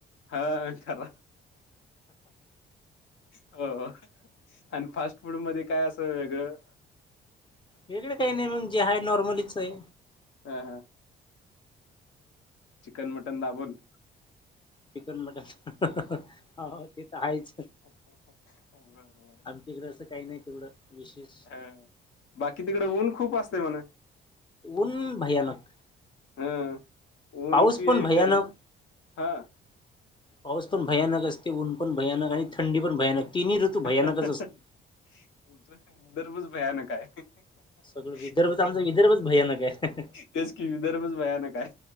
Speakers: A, on the left; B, on the left.
A: हा, ख हो आणि फास्ट फूड मध्ये काय असं वेगळं
B: वेगळे काही नाही मग हाय नॉर्मलीच आहे
A: हां हां चिकन मटन दाबून
B: चिकन मटन हो हो ते तर आहेच
A: बरबर
B: आमच्याकडे असं काही नाही तेवढं विशेष
A: ह बाकी तिकडे ऊन खूप असते म्हण
B: उन भयानक
A: हा ऊनची
B: पाऊस पण भयानक
A: टेम्प हा
B: पाऊस पण भयानक असते ऊन पण भयानक आणि थंडी पण भयानक तिन्ही ऋतू भयानकच
A: तुमचा
B: असतो
A: विदर्भच भयानकय आहे.
B: सगळं विदर्भच आमचा विदर्भच भयानक आहे
A: तेच की विदर्भच भयानक हाय.